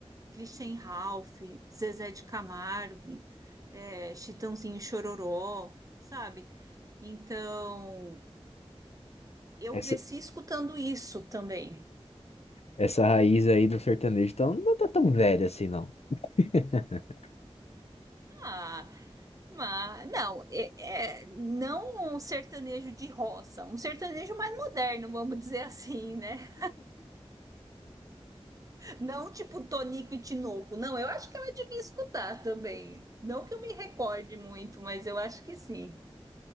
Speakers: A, on the right; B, on the left.
A: Christian Ralph, Zezé de Camargo, é, Chitãozinho e Chororó, sabe? Então, eu
B: Essa,
A: cresci escutando isso também.
B: essa raiz aí do sertanejo tá, não tá tão velha assim, não. <laughs>
A: Ah, Mas, não, é, é- não um sertanejo de roça, um sertanejo mais moderno, vamos dizer assim, né? Não tipo Tonico e Tinoco, não, eu acho que ela devia escutar também. Não que eu me recorde muito, mas eu acho que sim.